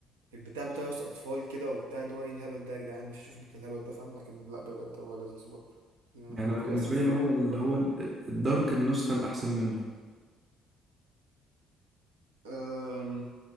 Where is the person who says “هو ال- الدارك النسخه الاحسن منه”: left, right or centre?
Right